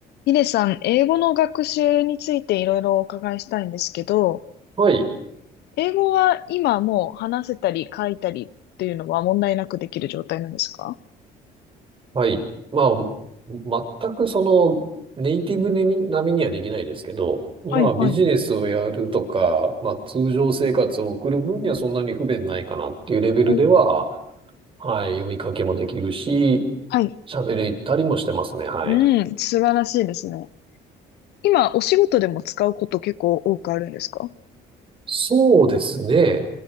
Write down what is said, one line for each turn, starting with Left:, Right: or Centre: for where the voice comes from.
Left: ヒデさん、英語の学習についていろいろお伺いしたいんですけど、
Right: はい、
Left: 英語は今もう話せたり書いたりっていうのは問題なくできる状態なんですか
Right: はい。まあ、全くその、ネイティブ並みにはできないですけど、まあ、
Left: はいはい。
Right: ビジネスをやるとか、まあ、通常生活を送る分にはそんなに不便ないかなっていうレベルでは、
Left: お
Right: はい、読み書きもできるし、
Left: はい。
Right: 喋れたりもしてますね、はい。
Left: うん、素晴らしいですね。今、お仕事でも使うこと結構多くあるんですか
Right: そうですね。